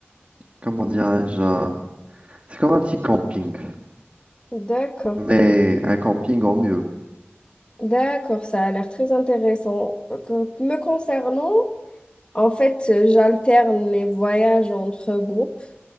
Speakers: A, on the right; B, on the left.
A: Comment dirais-je? euh, C'est comme un petit camping.
B: D'accord.
A: Mais un camping en mieux.
B: D'accord, ça a l'air très intéressant. Donc, euh, Me concernant, en fait, euh, j'alterne les voyages entre groupes.